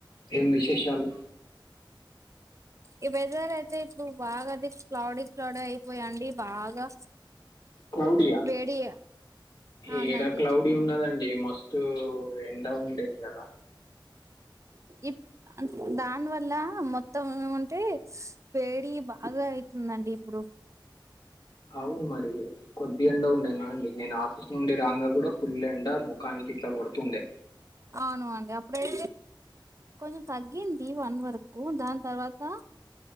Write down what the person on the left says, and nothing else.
ఏం విశేషాలు
క్లౌడియా
ఏడా క్లౌడీ ఉన్నదండి. మస్తు మాస్తూ, ఎండ ఉండె ఇయ్యలా
అవు మరి, కొద్ది ఎండ ఉండే నా అండి నేను ఆఫీస్ నుండి రాంగా కూడా, ఫుల్ ఎండ ముఖానికి ఇట్లా కొడుతుండే.